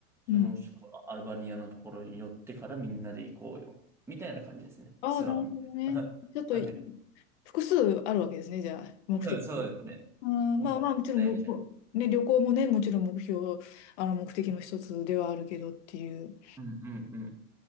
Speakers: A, in the centre; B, on the left (about 45°).
A: その、
B: うん。
A: そこのアルバニアのところに寄ってからみんなで行こうよ。みたいな感じですね。
B: ああ、
A: ツアー。
B: なるほどね。
A: <laughs>
B: ちょっとい、
A: はい
B: 複数あるわけですね、じゃあ、目的が。
A: そうそうですね。
B: うん、
A: もう大事
B: まあまあ、もちろんもう、ね、旅行もね、もちろん目標、あの、目的の一つではあるけどっていう。
A: うんうんうん。